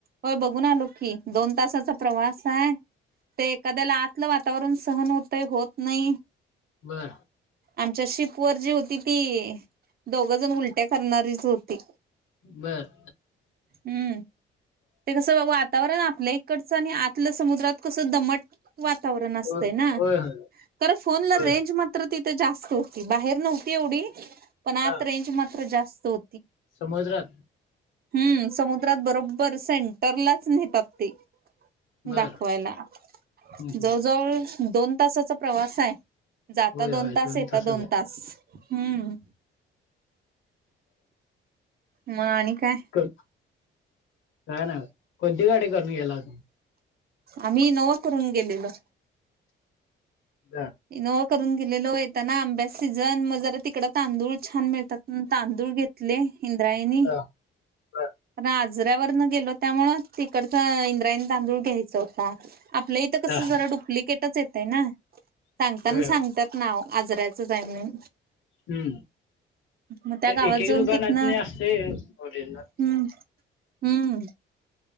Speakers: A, on the right (about 50°); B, on the left (about 80°).
A: होय बघून आलो की,, दोन तासाचा प्रवास आहे ते एखाद्याला आ लं वातावरण सहन होतय, होत नाही.
B: बर.
A: आमच्या शिप वर जी होती, ती दोघ जण उलट्या करणारीच होती.
B: बर.
A: हम्म, ते कसं बघू आ. आवरण आपल्या इकडचं आणि आतलं समुद्रात कसं दमट. वातावरण असतय
B: होय
A: ना
B: होय होय
A: खरं फोनला
B: होय
A: रेंज मात्र त जास्त होती, बाहेर नव्हती एवढी, पण आत
B: हा
A: रेंज मात्र जास्त हो.
B: समुद्रात
A: हम्म, समुद्रात बरोबर सेंटरलाच नेतात ते
B: बर
A: दाखवायला,
B: हम्म हम्म
A: जवळ, जवळ दोन तासाचा प्रवास य. जाता
B: होय होय
A: दोन तास, येत
B: तासाच
A: दोन
B: आहे
A: तास, हम्म. मग आणि काय
B: काय नाही, कोणती गाडी करून गेला सुता.
A: आम्ही इनोवा करून गेलेलो
B: बर,
A: इनोवा करून गेलेलो ऐता ना आंब्या सीझन मग जरा तिकड तांदूळ छान मिळतात, तांदूळ घेतले. इंद्रायणी.
B: हा, बर,
A: पण आजऱ्यावर न गेलो त्यामुळं तिकडचं इंद्रायणी तांदूळ घ्यायचा होता. आपलं इथं कसं,
B: हा,
A: जरा डुप्लिकेटच येतय ना. सांगताना
B: होय,
A: सांगतात
B: होय.
A: नाव, आजरायचंच आय मनुन
B: हम्म,
A: मग त्या
B: तर एक,
A: गावात
B: एक
A: जाऊन
B: दुकानात
A: तिथनं
B: नी असतय ओरिजनल.
A: हम्म, हम्म,